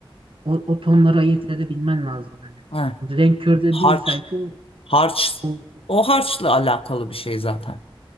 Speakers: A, on the right (about 65°); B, on the left (about 80°).
A: o, o tonları ayırt edebilmen lazım hani.
B: He.
A: Hani Renk körü de
B: Harç,
A: değil sanki o,
B: harç,
A: o
B: o harçla alakalı bir şey zaten